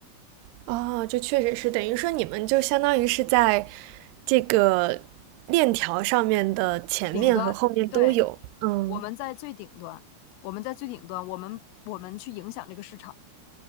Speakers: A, on the right (about 85°); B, on the left (about 85°).
A: 哦，这确实是等于说你们就相当于是在这个链条上面的前面和后面都有。
B: 顶端，对，
A: 嗯，
B: 我们在最顶端，我们在最顶端，我们我们去影响这个市场。